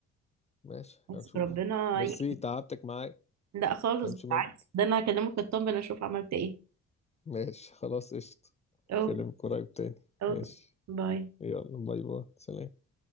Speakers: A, on the left; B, on the right.
A: ماشي
B: بس
A: هنشوف
B: ربنا
A: ميرسي
B: ي-
A: تعبتك معايا
B: لا خالص
A: متفهمش
B: بالعكس
A: منك
B: ده انا هكلمك اطمن اشوف عملت ايه
A: ماشي خلاص قشطة
B: اوكي
A: اكلمك قريب تاني
B: اوكي
A: ماشي
B: باي
A: يلا باي باي سلام